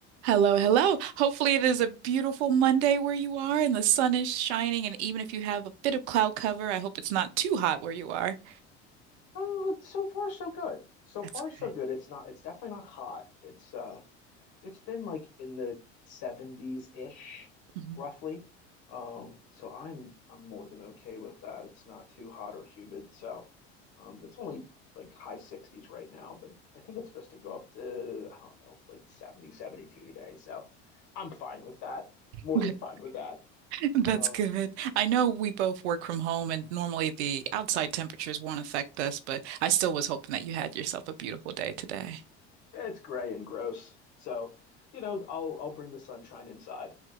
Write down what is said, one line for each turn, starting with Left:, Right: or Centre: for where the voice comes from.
Right: Hello, hello. Hopefully, it is a beautiful Monday where you are and the sun is shining. And even if you have a bit of cloud cover, I hope it's not too hot where you are.
Left: Oh, so far so good. So
Right: That's
Left: far
Right: good.
Left: so good. It's not it's definitely not hot. It's uh it's been like in the 70s-ish
Right: Mhm.
Left: roughly. Um so I'm I'm more than okay with that. It's not too hot or humid. So um it's only like high 60s right now, but I think it's supposed to go up to I don't know, like 70 72 today. So I'm fine with that. More
Right: <laughs>
Left: than fine with that.
Right: That's
Left: Uh
Right: good. I know we both work from home and normally the outside temperatures won't affect us, but I still was hoping that you had yourself a beautiful day today. <laughs>
Left: it's gray and gross. So, you know, I'll I'll bring the sunshine inside.